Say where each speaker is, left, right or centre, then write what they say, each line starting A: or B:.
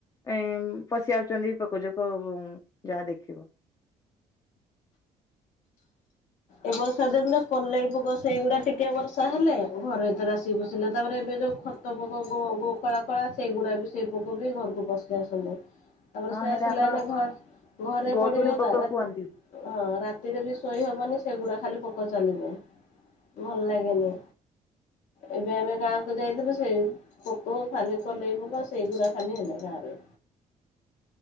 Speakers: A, on the left; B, on the left.
A: ଏ ପଶି ଆସୁଛନ୍ତି ପୋକଯୋକ ଯାହା ଦେଖିବ।
B: ଏ ବର୍ଷା ଦିନ କଲେଇ ପୋକ ସେଇଗୁଡା ଟିକେ ବର୍ଷା ହେଲେ ଘର ଭିତରେ ଆସିକି ପଶିଲେ ତାପରେ ଏବେ ଯୋଉ ଖ ତ ଗୋ ଗୋ କଳା କଳା ସେଇଗୁଡା ବି ସେଇ ପୋକ ବି ଘରକୁ ପଶି ଆସନ୍ତି। ତାପରେ
A: ହଁ
B: ସେ
A: ହେରା
B: ଆସିଲା
A: ଆମର
B: ବେଳେ ଘ ଘରେ
A: ଗୋଡୁଣୀ
B: ପଡିବେ
A: ପୋକ
B: ନା ରାତି
A: କୁହନ୍ତି।
B: ହଁ ରାତିରେ ବି ଶୋଇ ହବନି ସେଗୁଡା ଖାଲି ପୋକ ଚାଲିବେ ଭଲ ଲାଗେନି। ଏବେ ଆମେ ଗାଁକୁ ଯାଇଥିଲୁ ସେଇ ପୋକ ଖାଲି କଲେଇ ପୋକ ସେଇଗୁଡା ଖାଲି ହେଲେ ଗାଁ ରେ।